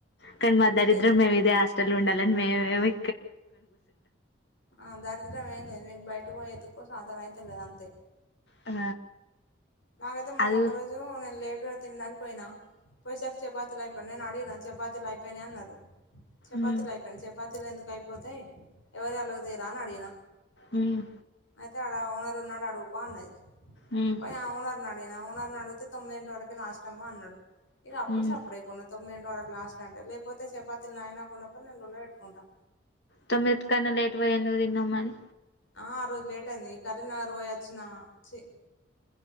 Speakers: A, on the left; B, on the left.
A: కానీ మా దరిద్రం
B: డే
A: మేము ఇదే హాటల్ ఉండాలిని మేమేమీ
B: ఆ దరిద్రం ఏందే మీకు బయటపోయి ఎ తుకో శాతనయితలేదు అంతే
A: ఆ
B: నాకైతే మొన్న
A: అది
B: ఒక రోజు నేను లేట్గా తినడానికి పోయినా పోయిసారి చపాతీలు అయిపోయాయి నేను అడిగను చపాతీలు అయిపోయినాయి అన్నారు చపాతీలు
A: మ్మ్
B: అయిపోయినాయి చపా తీలు ఎందుకు అయిపోతాయి ఎవరి అలాగదేరా అని అడిగిన
A: మ్మ్
B: అయితే అడ ఓనరు ఉన్నాడు అడుగుపో అన్నది
A: ఉమ్మ్
B: పోయి ఆ ఓనర్ని అడిగిన ఓనర్ని అడిగితే తొమ్మిది ఇంటి వరకే లస్ట్ అమ్మ అన్నాడు ఇకప్పుడు
A: మ్మ్
B: సప్పుడు చేయకుం తొమ్మిదింటి వరకు లాస్ట్ అంటే లేకపోతే చపాతీలు నాయి నాకుండకపోతే నేను లొల్లే పెట్టుకుంటా
A: తోమ్మిది కన్న లేట్‌ పోయి ఎందుకు తిన్నావ్ మరి
B: ఆ ఆరోజు లేట్ అయింది ఈ కరీంనగర్ పోయి వచ్చిన చి